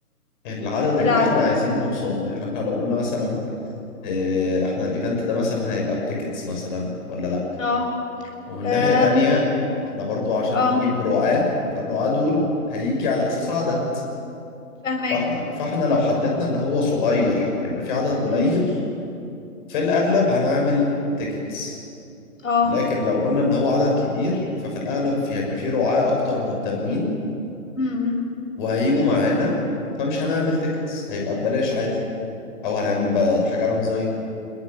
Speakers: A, on the left; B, on the left.
A: العدد اللي
B: العدد
A: احنا عايزين نوصل له يعني احنا لو قلنا مثلا آه، احنا الايفنت ده مثلا هيبقى بتيكتس مثلا ولا لا
B: اه
A: ومن
B: أم،
A: ناحية تانية احنا برضو عشان
B: اه
A: نجيب رعاة فالرعاة دول هيجي على اساس عدد
B: فاهمك
A: فاحنا فاحنا لو حددنا ان هو صغير وهيبقى في عدد قليل
B: امم
A: في الاغلب هنعمل تيكتس
B: اه
A: لكن لو قلنا ان هو عدد كبير ففي الاغلب في هيبقى في رعاة اكتر مهتمين
B: امم
A: وهيجوا معانا فمش هنعمل تيكتس هيبقى ببلاش عادي او هنعمل بقى حاجه رمزيه